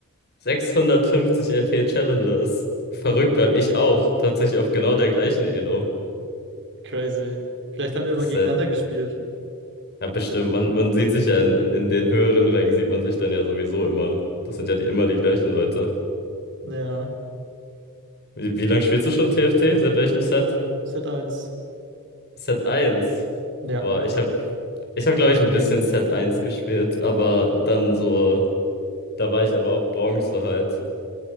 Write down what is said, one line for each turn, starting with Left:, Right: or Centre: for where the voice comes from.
Left: 650 LP Challenger ist verrückt, weil ich auch tatsächlich auf genau der gleichen Elo.
Right: Crazy. Vielleicht haben
Left: Das
Right: wir mal gegeneinander
Left: ist halt
Right: gespielt.
Left: Ja, bestimmt. Man, man sieht sich ja in, in den höheren Rängen, sieht man sich dann ja sowieso immer. Das sind ja die, immer die gleichen Leute.
Right: Ja,
Left: Wie, wie lange spielst du schon TFT? Seit welchem Set?
Right: z eins.
Left: Set eins
Right: Ja.
Left: Boah, ich habe, ich hab, glaube ich, ein bisschen Set eins gespielt, aber dann so, da war ich aber auch Bronze halt.